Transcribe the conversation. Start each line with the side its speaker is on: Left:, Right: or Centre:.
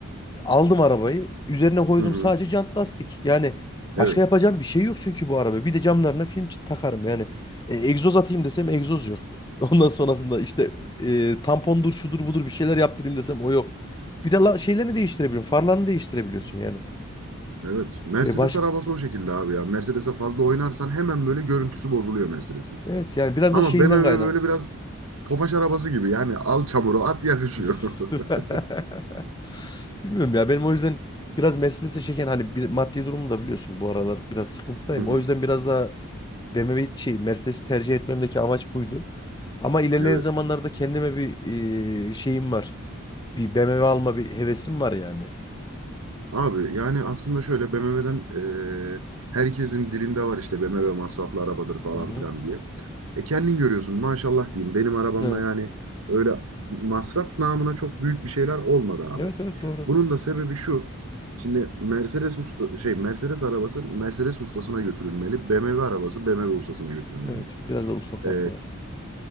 Left: aldım arabayı, üzerine koydum
Right: Hı hı.
Left: sadece jant lastik. Yani başka
Right: Evet.
Left: yapacağım bir şey yok çünkü bu araba. Bir de camlarına film çi- takarım yani. E, egzoz atayım desem egzoz yok. <laughs> Ondan sonrasında işte e, tampondur şudur budur bir şeyler yaptırayım desem o yok. Bir de la, şeylerini değiştirebiliyorsun. Farlarını değiştirebiliyorsun yani.
Right: Evet. Mercedes
Left: E, baş...
Right: arabası o şekilde abi ya. Mercedes'e fazla oynarsan hemen böyle görüntüsü bozuluyor Mercedes'in.
Left: Evet yani biraz
Right: Ama
Left: da şeyinden
Right: BMW
Left: kaynak.
Right: böyle biraz tofaş arabası gibi. Yani al çamuru at yakışıyor.
Left: <laughs>
Right: <laughs>
Left: Bilmiyorum ya benim o yüzden biraz Mercedes'e çeken hani bir, maddi durumumu da biliyorsun bu aralar biraz sıkıntıdayım.
Right: Hı hı.
Left: O yüzden biraz daha BMW şey Mercedes'i tercih etmemdeki amaç buydu. Ama ilerleyen
Right: Evet.
Left: zamanlarda kendime bir e, şeyim var. Bir BMW alma bir hevesim var yani.
Right: Abi yani aslında şöyle BMW'den e, herkesin dilinde var işte BMW masraflı arabadır falan
Left: Hı hı.
Right: filan diye. E kendin görüyorsun maşallah diyeyim benim arabamda
Left: Evet.
Right: yani öyle masraf namına çok büyük bir şeyler olmadı abi.
Left: Evet evet doğru.
Right: Bunun da sebebi şu. Şimdi Mercedes usta şey Mercedes arabası Mercedes ustasına götürülmeli. BMW arabası BMW ustasına götürülmeli.
Left: Evet. Biraz da usta farkı
Right: E,
Left: var.